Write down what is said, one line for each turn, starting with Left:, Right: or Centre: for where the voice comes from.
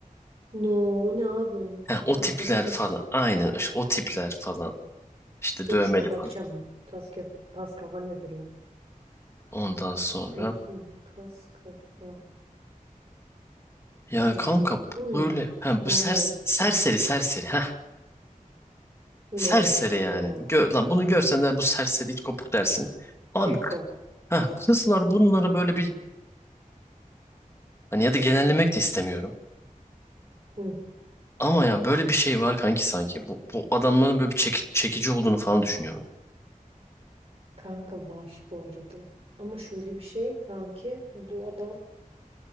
Right: No, o ne abi?
Left: Ha, o
Right: Tas
Left: tipler
Right: kafa saç.
Left: falan aynen işte o tipler falan işte
Right: Dur
Left: dövmeli
Right: şuna bakacağım.
Left: falan.
Right: ben. Tas kafa, tas kafa nedir lan?
Left: Ondan sonra
Right: Bakayım. Tas kafa
Left: yani
Right: saçmalık.
Left: kanka bu-
Right: Uy.
Left: böyle ha
Right: No.
Left: bu ser, serseri serseri ha
Right: No,
Left: serseri
Right: no,
Left: yani.
Right: no.
Left: Gör, lan bunu görsen de bu serseri it kopuk dersin. Abi
Right: Keko.
Left: ha kızlar bunlara böyle bir Hani ya da genellemek de istemiyorum.
Right: Hı.
Left: Ama ya böyle bir şey var kanki sanki. Bu, bu adamların böyle bir çeki- çekici olduğunu falan düşünüyorlar.
Right: Kanka var bu arada. Ama şöyle bir şey kanki. Bu adam